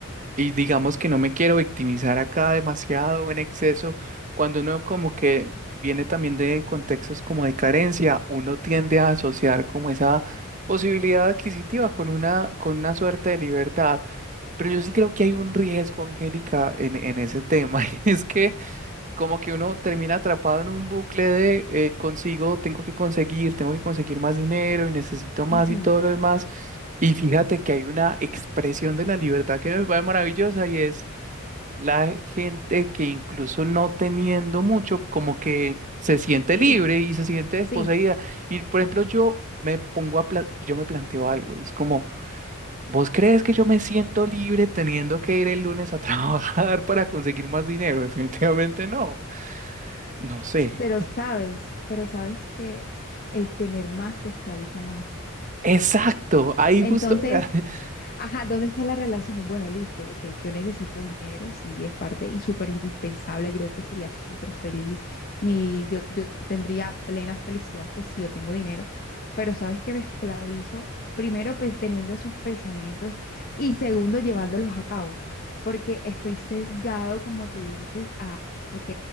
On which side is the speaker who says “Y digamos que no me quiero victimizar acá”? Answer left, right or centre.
Right